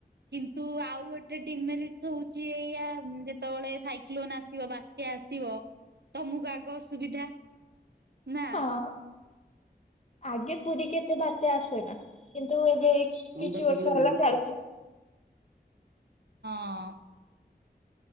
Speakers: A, on the right (about 75°); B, on the left (about 40°).
A: କିନ୍ତୁ ଆଉ ଗୋଟେ ଡିମେରିଟ୍ ତ ହଉଚି ଏଇଆ ଯେତେବେଳେ ସାଇକ୍ଲୋନ ଆସିବ ବାତ୍ୟା ଆସିବ ତମକୁ ଆଗ ଅସୁବିଧା ନା?
B: ହଁ ଆଗେ ପୁରୀକି ଏତେ ବାତ୍ୟା ଆସେ ନା କିନ୍ତୁ ଏବେ କିଛି
A: ନମ୍ବରଟା
B: ବର୍ଷ
A: ବି ମାରିଛି।
B: ହେଲା ଚାଲିଚି।
A: ହଁ।